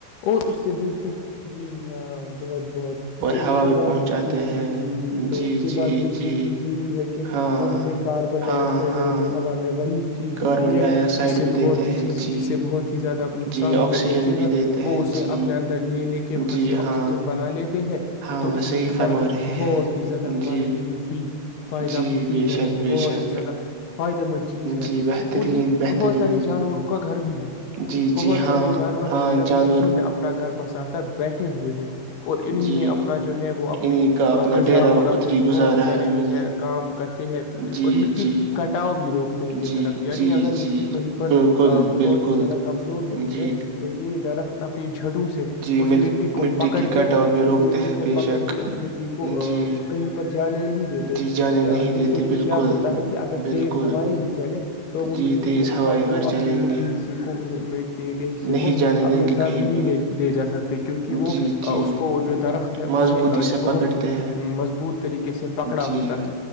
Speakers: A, on the left (about 75°); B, on the right (about 70°).
A: اور اس سے دوسری جی ہاں بہت بہت
B: اور
A: تو اس
B: ہوا
A: کے
B: بھی
A: بعد
B: پہنچاتے
A: دوسری
B: ہیں
A: جی جی تو اس کے
B: جی
A: بعد دوسری
B: جی
A: چیز یہ بھی ہے کہ
B: ہاں
A: وہ ہمیں کاربن ڈائی
B: ہاں
A: آکسائڈ وہ
B: ہاں
A: جو ہوا میں جلی چیز
B: کاربن
A: ہوتی ہے
B: ڈائی آکسائڈ
A: جس سے
B: بھی
A: بہت
B: دیتے
A: ہی
B: ہیں
A: چیز
B: جی
A: جس سے بہت ہی زیادہ نقصان
B: جی
A: ہمیں
B: آکسیجن
A: پہنچے گا
B: بھی دیتے
A: وہ
B: ہیں
A: اسے
B: جی
A: اپنے اندر لے لے کے وہاں
B: جی
A: سے آکسیجن
B: ہاں
A: بنا لی ت ہے
B: ہاں
A: تو اسی
B: صحیح فرما
A: درخت
B: رہے
A: بہت
B: ہیں
A: ہی زیادہ ہمارے
B: جی
A: لیے مفید فائدہ
B: جی
A: مفید
B: بے
A: یعنی
B: شک
A: بہت
B: بے شک
A: ہی زیادہ فائدے مند چیز ہے
B: جی بہترین
A: اور یہ
B: بہترین
A: بہت سارے جانوروں کا گھر بھی ہے
B: جی
A: بہت
B: جی ہاں
A: سارے جانور
B: ہاں
A: جو ہے
B: جان
A: وہ انہیں میں اپنا گھر بسا کر بیٹھے ہوئے ہیں اور انہیں
B: جی
A: میں اپنا جو ہے وہ اپنی
B: انہیں کا اپنا
A: غذا
B: ڈیرا
A: اور اپنے
B: اتری
A: بہت
B: گزارا
A: سارے
B: انہوں
A: جو ہے
B: نے
A: کام کرتے ہیں
B: جی
A: اور مٹی
B: جی
A: کی کٹاؤ بھی روکتے ہیں
B: جی
A: یہ درخت یعنی
B: جی
A: اگر
B: جی
A: مٹی کہیں پر
B: بالکل
A: بہت
B: بالکل
A: ہی زیادہ کمزور ہوتی
B: جی
A: ہے تو یہ درخت اپنی جھڑوں سے
B: جی
A: اس
B: مل
A: مٹی کو پکڑ
B: کی
A: کے
B: کٹاؤ بھی
A: اس
B: روکتے
A: مٹی
B: ہیں
A: کو
B: بے
A: پکڑ
B: شک
A: کے اس مٹی کو
B: جی
A: کہیں پر جانے نہیں دیتے
B: جی جانے نہیں
A: جس
B: دیتے
A: سے کہ
B: بالکل
A: کیا ہوتا ہے کہ اگر
B: بالکل
A: تیز ہوائیں بھی چلے تو وہ
B: جی
A: مٹی
B: تیز
A: اس
B: ہوائیں
A: اب وہ
B: اگر
A: اپنی
B: چلیں
A: مٹی
B: گے
A: حص کو مٹی کے حصے
B: نہیں
A: کو
B: جانے
A: اپنے
B: دیں گے
A: سے نہیںے
B: کہیں بھی
A: لے جا سکتے کیونکہ وہ
B: جی جی
A: اس کو جو درخت ہے اس
B: مضبوطی
A: نے
B: سے
A: بہت
B: پکڑتے
A: ہی
B: ہیں
A: مضبوط طریقے سے پکڑا ہوتا
B: جی
A: ہے